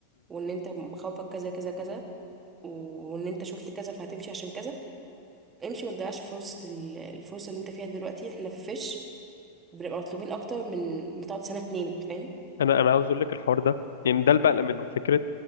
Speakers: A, on the right; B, on the left.
A: وان انت خوفك كذا كذا كذا وان انت شفت كذا فهتمشي عشان كذا امشي ما تضيعش فرصة ال- الفرصة اللي انت فيها دلوقتي احنا في فيش بنبقى مطلوبين اكتر من من تقعد سنة اتنين فاهم
B: انا انا عاوز اقول لك الحوار ده يعني ده اللي بقلق منه فكره